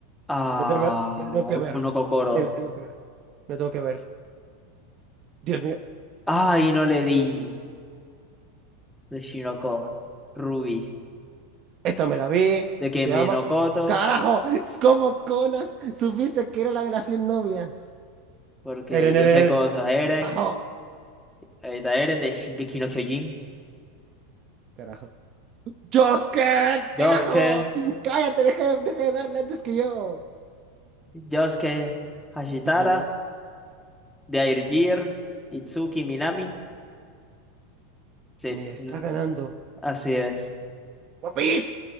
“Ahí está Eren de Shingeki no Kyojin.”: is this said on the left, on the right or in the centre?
Centre